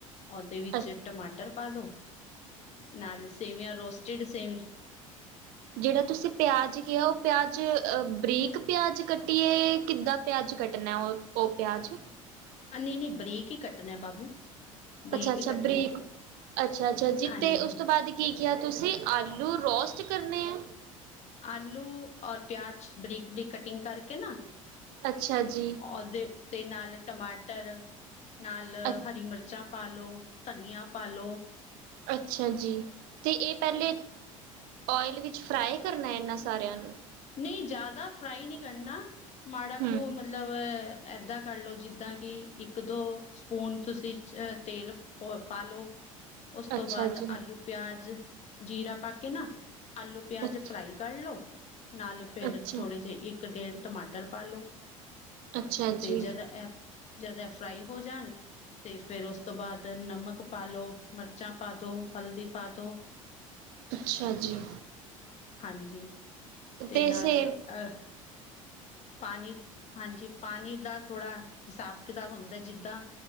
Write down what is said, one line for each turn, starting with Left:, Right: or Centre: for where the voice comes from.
Left: ਓਦੇ ਵਿੱਚ
Right: ਅੱਛਾ
Left: ਟਮਾਟਰ ਪਾਦੋ ਨਾਲ ਸੇਵੀਆਂ ਰੋਸਟਡ ਸੇਵ
Right: ਜੇੜਾ ਤੁਸੀਂ ਪਯਾਜ ਕੇਹਾ ਓ ਪਯਾਜ ਬਰੀਕ ਪਯਾਜ ਕੱਟੀਏ ਕਿੱਦਾਂ ਪਯਾਜ ਕੱਟਣਾ ਓ ਓ ਪਯਾਜ਼
Left: ਅ ਨੀ-ਨੀ ਬਰੀਕ ਈ ਕੱਟਣਾ ਬਾਬੂ ਬਰੀਕ
Right: ਅੱਛਾ-ਅੱਛਾ
Left: ਹੀ ਕੱਟਣਾ
Right: ਬ੍ਰੀਕ ਅੱਛਾ-ਅੱਛਾ ਜੀ
Left: ਹਾਂਜੀ
Right: ਤੇ ਉਸ ਤੋਂ ਬਾਦ ਕੀ ਕੇਹਾ ਤੁਸੀਂ ਆਲੂ ਰੋਸਟ ਕਰਨੇ ਐ।
Left: ਆਲੂ ਔਰ ਪਯਾਜ ਬਰੀਕ-ਬਰੀਕ ਕਟਿੰਗ ਕਰਕੇ ਨਾ
Right: ਅੱਛਾ ਜੀ।
Left: ਓਦੇ ਉਤੇ ਈ ਨਾਲ ਟਮਾਟਰ ਨਾਲ
Right: ਅ
Left: ਹਰੀ ਮਰ ਚਾਂ ਪਾਾ ਲੋ ਤਨੀਆ ਪਾਾ ਲੋ।
Right: ਅੱਛਾ ਜੀ ਤੇ ਏ ਪੈਲੇ ਓਏਲ ਵਿੱਚ ਫਰਾਏ ਕਰਨਾ ਏਨਾ ਸਾਰੇਆਂ ਨੂੰ
Left: ਨੀ ਜਾਦਾ ਫਰਾਈ ਨੀ ਕਰਨਾ ਮਾੜਾ ਕੁ
Right: ਹੂੰ
Left: ਮ ਮਤਲਬ ਏਦਾਂ ਕਰਲੋ ਜਿੱਦਾਂ ਕਿ ਇੱਕ ਦੋ ਸਪੂਨ ਤੁਸੀਂ ਅਹ ਤੇਲ ਪ ਪਾਾਲੋ ਉਸ
Right: ਅੱਛਾ
Left: ਤੋਂ ਬਾਅਦ
Right: ਜੀ
Left: ਆਲੂ-ਪਿਆਜ਼ ਜੀਰਾ ਪਾ ਕੇ ਨਾ ਆਲੂ- ਪਿਆਜ
Right: ਅੱਛਾ
Left: ਫਰਾਈ ਕਢ ਲੋ ਨਾਲ ਫੇਰ
Right: ਅੱਛਾ
Left: ਥੋੜੇ ਜੇਹ ਇੱਕ-ਡੇਢ ਟਮਾਟਰ ਪਾ ਲੋ।
Right: ਅੱਛਾ
Left: ਤੇ
Right: ਜੀ
Left: ਜਦ ਐ ਜਦ ਐ ਫਰਾਈ ਹੋ ਜਾਣ ਤੇ ਫੇਰ ਓਸ ਤੋਂ ਬਾਅਦ ਨਮਕ ਪਾ ਦੋ, ਮਰਚਾਂ ਪਾ ਦੋ, ਹਲਦੀ ਪਾ ਦੋ।
Right: ਅੱਛਾ ਜੀ।
Left: ਹਾਂਜੀ। ਅਤੇ
Right: ਤੇ
Left: ਨਾਲ
Right: ਸੇ
Left: ਅ ਪਾਣੀ ਹਾਂਜੀ ਪਾਣੀ ਦਾ ਥੋੜ੍ਹਾ ਸਾਬ-ਕਿਤਾਬ ਹੁੰਦਾ ਜਿੱਦਾਂ